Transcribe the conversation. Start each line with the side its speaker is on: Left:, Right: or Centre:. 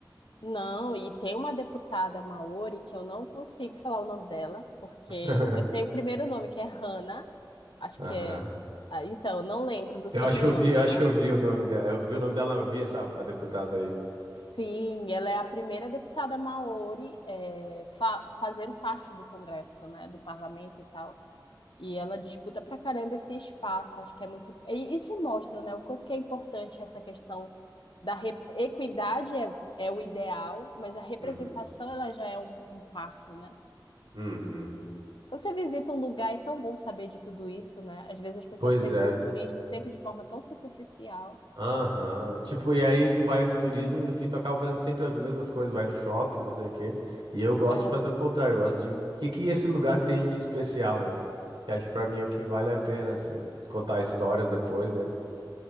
Left: Não, e tem uma deputada Maori que eu não consigo falar o nome dela, porque
Right: <laughs>
Left: eu sei o primeiro nome, que é Hannah. Acho
Right: Aham.
Left: que é. ah, Então, eu não lembro do
Right: Eu
Left: sobrenome.
Right: acho que eu vi, eu acho
Left: É um-
Right: que eu vi o nome dela. Eu vi o nome dela, não, eu vi essa a deputada aí.
Left: Sim, ela é a primeira deputada Maori, é, fa- fazendo parte do Congresso, né? Do parlamento e tal. E ela disputa pra caramba esse espaço, acho que é muito. imp- E isso mostra, né, o quanto que é importante essa questão da rep- equidade é, é o ideal, mas a representação
Right: Uhum,
Left: ela já é um, um passo, né?
Right: uhum.
Left: E quando você visita um lugar, é tão bom saber de tudo isso, né? Às vezes as pessoas
Right: Pois
Left: pensam
Right: é.
Left: o turismo sempre de forma tão superficial.
Right: Aham. Tipo, e aí tu vai no turismo e no fim tu acaba fazendo sempre as mesmas coisas, vai no shopping, não sei o quê. E eu gosto
Left: É,
Right: de fazer o contrário, eu gosto de o que que esse lugar tem de especial, né? Que acho que pra mim é o que vale a pena, assim, se contar histórias depois, né?